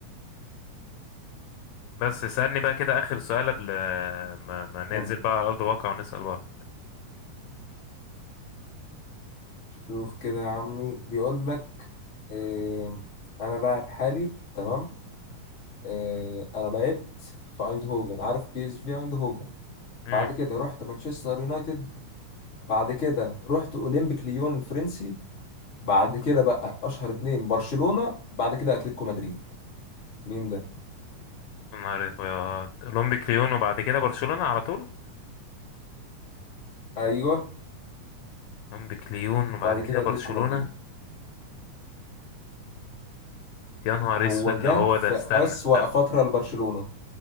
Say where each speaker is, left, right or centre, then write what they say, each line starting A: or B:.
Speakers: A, on the left; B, on the left.
A: بس اسألني بقى كده اخر سؤال قبل ما, ما ننزل
B: طب
A: بقى على ارض الواقع ونسأل بعض
B: شوف كده يا عمي بيقول لك إيه انا لاعب حالي تمام إيه انا لعبت في ايندهوفن عارف بي اس في ايندهوفن
A: امم
B: بعد كده رحت مانشستر يونايتد بعد كده رحت اولمبيك ليون الفرنسي بعد كده بقى اشهر اتنين برشلونة بعد كده اتلتيكو مدريد مين ده
A: نهار ابيض اولمبيك ليون وبعد كده برشلونة على طول
B: ايوه
A: مونبيك ليون وبعد
B: بعد
A: كده
B: كده اتلتيكو
A: برشلونة
B: مدريد
A: يا نهار
B: هو
A: اسود
B: جه
A: لا هو ده
B: في
A: استنى
B: اسوأ
A: استنى
B: فترة لبرشلونة